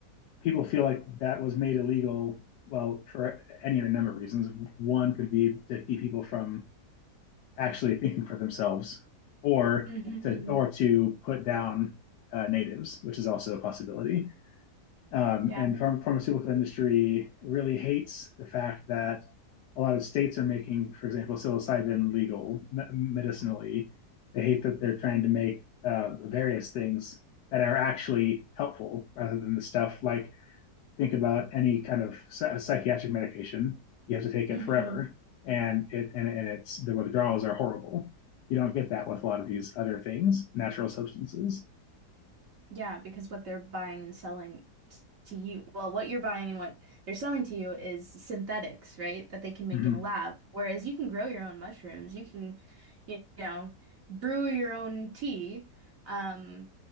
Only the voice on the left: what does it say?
people feel like that was made illegal. Well, for any number of reasons. One could be to keep people from actually <laughs> thinking for themselves, or
to or to put down uh, natives, which is also a possibility. Um,
and pharm- pharmaceutical industry really hates the fact that a lot of states are making, for example, psilocybin legal me- medicinally. They hate that they're trying to make uh, various things that are actually helpful rather than the stuff like think about any kind of psychiatric medication, you have to take
it forever, and it and, and it's the withdrawals are horrible. You don't get that with a lot of these other things, natural substances.
hmm